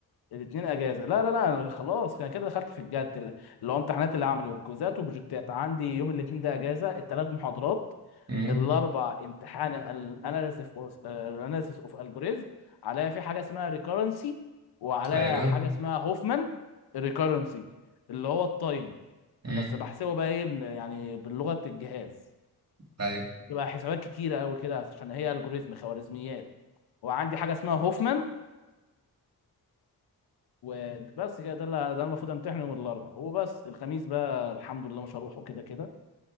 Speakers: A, on the left; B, on the right.
A: الاثنين اجازه لا لا لا انا خلاص انا كده دخلت في الجد اللي هو امتحانات اللي عملي وكوزات وبروجكتات عندي يوم الاثنين ده اجازه الثلاث محاضرات
B: امم
A: الاربع امتحان الاناليسيس الاناليسيس اوف الجوريزم عليا في حاجه اسمها ريكورنسي وعليا
B: ايوه
A: حاجه اسمها هوفمان ريكورنسي اللي هو التايم
B: امم
A: بس بحسبه بقى ايه بن- يعني باللغه الجهاز
B: ايوه
A: بتبقى حسابات كتيره قوي كده عشان هي الجوريزم خوارزميات وعندي حاجه اسمها هوفمان وبس كده ده اللي ده انا المفروض امتحن يوم الاربعاء وبس الخميس بقى الحمد لله مش هروحه كده كده